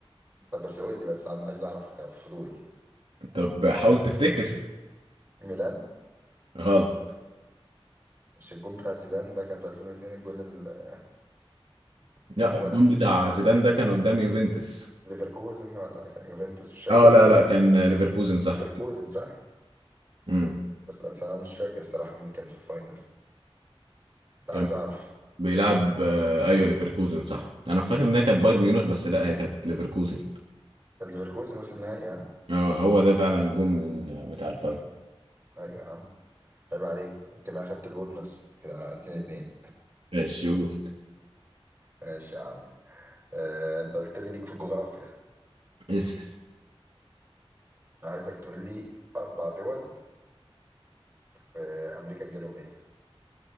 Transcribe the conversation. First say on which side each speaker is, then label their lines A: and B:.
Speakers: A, on the right; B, on the right.
A: طب بس قول لي بس انا عايز اعرف كفضول
B: طب حاول تفتكر
A: ميلان
B: غلط
A: مش الجون بتاع زيدان ده كان في 2002 الجون ال- ده
B: لا
A: هو
B: الجون
A: ده
B: بتاع زيدان ده كان قدام يوفنتوس
A: ليفركوزن ولا كان يوفنتوس مش فاكر
B: اه
A: تصدق
B: لا لا كان ليفركوزن صح
A: ليفركوزن صح
B: امم
A: بس بس انا مش فاكر الصراحه مين كان في الفاينل ده
B: كان
A: عايز اعرف
B: بيلعب آه، ايوه ليفركوزن صح انا فاكر انها كانت بايرن ميونخ بس لا هي كانت ليفركوزن
A: كان ليفركوزن وصل نهائي ها
B: اه هو ده فعلا الجون من آه، بتاع الفاين
A: ايوه يا عم عيب عليك كده اخدت البونص كده 2 2
B: ماشي قول
A: ماشي يا عم آه انت قلت لي ليك في الجغرافيا
B: اسال
A: عايزك تقول لي اربع دول في امريكا الجنوبيه